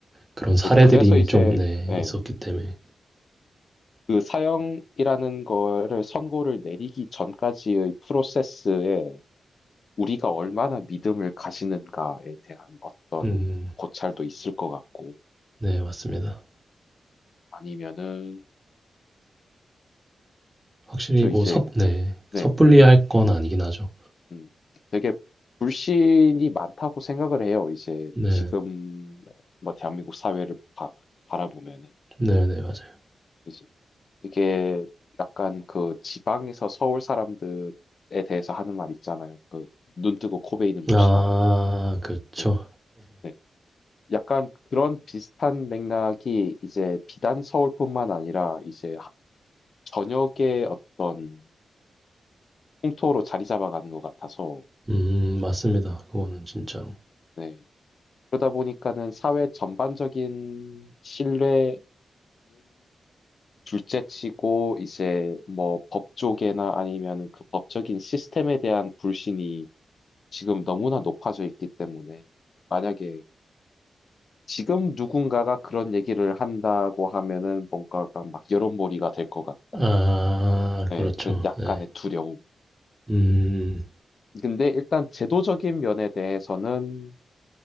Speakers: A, on the right; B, on the left.
A: 그런 사례들이
B: 네, 그래서
A: 이미
B: 이제
A: 좀, 네,
B: 예.
A: 있었기 때문에.
B: 그 사형이라는 거를 선고를 내리기 전까지의 프로세스에 우리가 얼마나 믿음을 가지는가에 대한 어떤
A: 음,
B: 고찰도 있을 것 같고,
A: 네, 맞습니다.
B: 아니면은,
A: 확실히
B: 저
A: 뭐
B: 이제,
A: 섣, 네,
B: 네,
A: 섣불리 할 건 아니긴 하죠.
B: 음, 되게 불신이 많다고 생각을 해요. 이제
A: 네,
B: 지금, 뭐, 대한민국 사회를 봐, 바라보면은.
A: 네, 네, 맞아요.
B: 이제 이게 약간 그 지방에서 서울 사람들에 대해서 하는 말 있잖아요. 그 눈 뜨고 코 베이는 곳이라고.
A: 아, 그쵸.
B: 네. 네. 약간 그런 비슷한 맥락이 이제 비단 서울뿐만 아니라 이제 하- 전역의 어떤 풍토로 자리 잡아가는 것 같아서,
A: 음, 맞습니다. 그거는 진짜로.
B: 네. 그러다 보니까는 사회 전반적인 신뢰는 둘째치고 이제 뭐 법 쪽에나 아니면 그 법적인 시스템에 대한 불신이 지금 너무나 높아져 있기 때문에 만약에 지금 누군가가 그런 얘기를 한다고 하면은 뭔가가 막 여론몰이가 될 것 같고
A: 아,
B: 네,
A: 그렇죠.
B: 그런 약간의
A: 네.
B: 두려움.
A: 음,
B: 근데 일단 제도적인 면에 대해서는